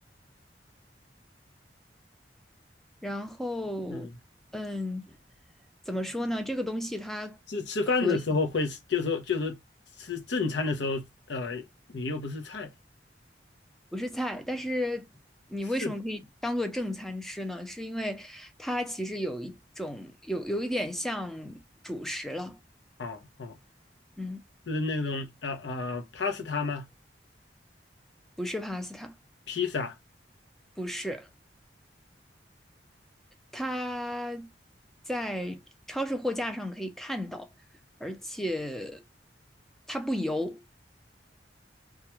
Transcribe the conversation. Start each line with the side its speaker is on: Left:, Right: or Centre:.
Centre: 然后，
Left: 嗯，
Centre: 嗯，怎么说呢？这个东西它可以
Left: 是吃饭的时候会吃就是说就是吃正餐的时候，呃，你又不是菜，
Centre: 不是菜，但是你为什么可以当做正餐吃呢？
Left: 是
Centre: 是因为它其实有一种有有一点像主食了，
Left: 哦哦，
Centre: 嗯，
Left: 是那种呃呃 pasta 吗？
Centre: 不是 pasta，
Left: 披萨
Centre: 不是，它在超市货架上可以看到，而且它不油，